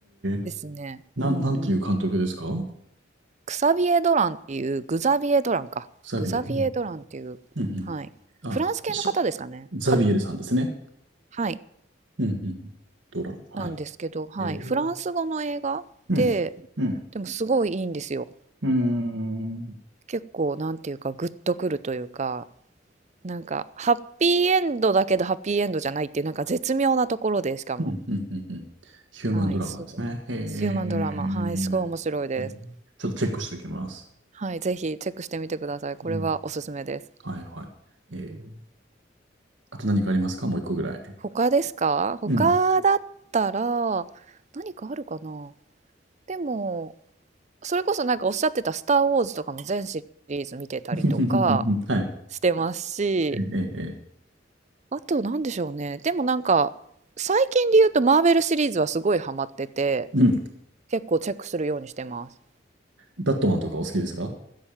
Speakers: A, on the right; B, on the right.
A: え、
B: ですね。
A: なん、
B: うんうん。
A: なんていう監督ですか
B: クサビエ・ドランっていう、グザビエ・ドランか。
A: ザビエル。
B: グザビエ・
A: うん、
B: ドランっていう、
A: うん、うん。
B: はい。
A: あ、
B: フランス系の方ですかね。
A: しザビエルさんですね。
B: かな、はい。
A: うん、うんうん。ドラン、はい。
B: なんですけど、はい。
A: ええ、
B: フランス語の映画で、
A: うん、うん、
B: でもすごいいいんですよ。
A: うーん、
B: 結構、なんていうか、グッとくるというか、なんか、ハッピーエンドだけど、ハッピーエンドじゃないっていう、なんか絶妙なところで、しかも。
A: うん、うん、うん、うん。ヒューマンドラマですね。
B: はい。すごい。
A: へえ、
B: ヒューマンドラマ。はい。すごい面白いです。
A: ええちょっとチェックしておきます。
B: はい。ぜひチェックしてみてください。これはおすすめです。
A: うん、はい、はい。
B: うん
A: ええあと何かありますかもう一個ぐらい。
B: 他ですか他だったら何かあるかな
A: うん。
B: でもそれこそなんかおっしゃってた「スター・ウォーズ」とかも全シリーズ見てたりとか
A: <laughs> はい。
B: してますし
A: ええ、ええ、ええ
B: あと何でしょうねでもなんか最近で言うとマーベルシリーズはすごいハマってて
A: うん。
B: 結構チェックするようにしてます。
A: ダットマンとかお好きですか